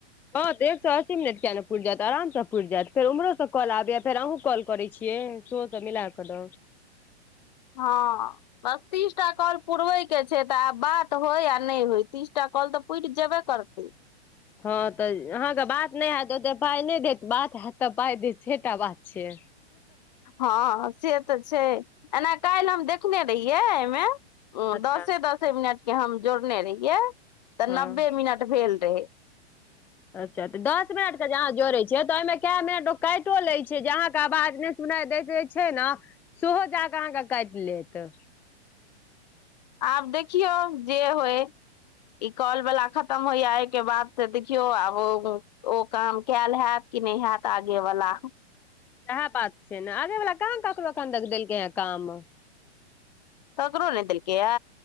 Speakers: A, in the centre; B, on the left (about 40°).
A: हँ तऽ एक सए अस्सी मिनट कििया नहि पुरि जात आरामसँ पुरि जात फेरम्होसँ कलबैय फेर अहूँ कॉल कर छियै शो तऽ मिलाकद
B: हँ बस तीस टा कॉल पुरबैके छै तऽ आब बात होय आ नहि होय तीसटा कॉल तऽ उठ जेबे करतै
A: हँ तऽ अहाँके बात नहि हैत ओते पााय नहि देत बात हत तऽ पााय देत छटा बात छिय
B: हँ से तऽ छै एना काल्हि हम देखने रहियै एहिमे उ
A: अच्छा
B: दसे दसे मिनट के हम जोड़ने रहिये तऽ
A: हँ
B: नब्बे मिनट भेल रहे
A: अच्छा तऽ दस मिनट के जहाँ जोड़े छिय तऽ ओहिमे कए मिनट ओ काटियो लै छै जे अहाँके आवाज नहि सुनाइ दैत जे छै ने सेहो ज कऽ अहाँके काटि लेत
B: आब देखियौ जे होय ई कॉल बाला खतम होइय एहि के बाद से देखियौ आब ओ काम कैल हैत कि नहि हैत आगे वला
A: इएह बात छै ने आबे वाला कहाँ ककरो एखन तक देलकै हे काम
B: ककरो नहि देल‌इकै या